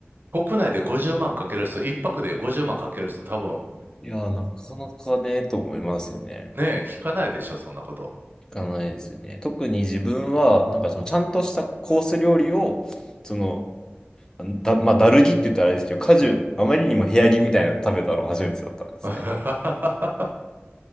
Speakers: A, on the right; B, on the left.
A: う。国内で50万かける人、一泊で50万かける人多分、
B: いやー、なかなかね、と思いますよね。
A: ねえ、聞かないでしょ、そんなこと。
B: 行かないですよね。特に自分は、なんかそのちゃんとしたコース料理を、その、だ、まあ、ダルギって言ったらあれですけど、果樹、あまりにも部屋着みたいなの食べたの初めてだったんですね。
A: <laughs>